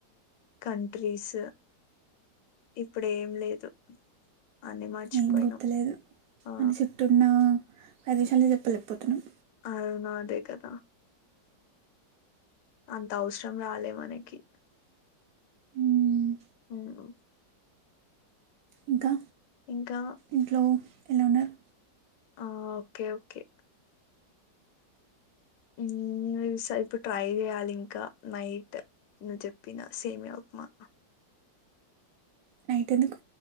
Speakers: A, on the left; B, on the right.
A: కంట్రీస్ ఇప్పుడు ఏం లేదు అన్ని మర్చిపోయినాం
B: ఏం గుర్తులేదు
A: ఆ
B: మన చుట్టు ఉన్న ప్రదేశాలే చెప్పలేకపోతున్నాం
A: అవునా అదే కదా అంత అవసరం రాలే మనకి
B: ఉమ్మ్
A: అవునా
B: ఇంకా
A: ఇంకా
B: ఇంట్లో ఎలా ఉన్నారు
A: ఆ ఓకే ఓకే మ్మ్ చూస్తా ఇప్పుడు ట్రై చేయాలి ఇంకా నైట్ నువ్వు చెప్పిన సేమ్యా ఉప్మా
B: నైట్ ఎందుకు